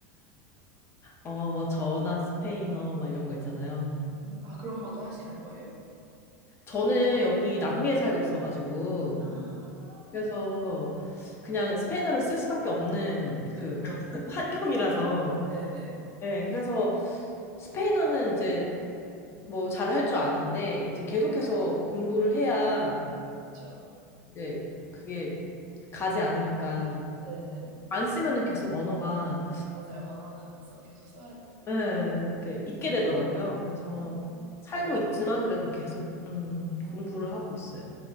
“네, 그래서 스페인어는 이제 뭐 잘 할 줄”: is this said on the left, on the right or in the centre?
Left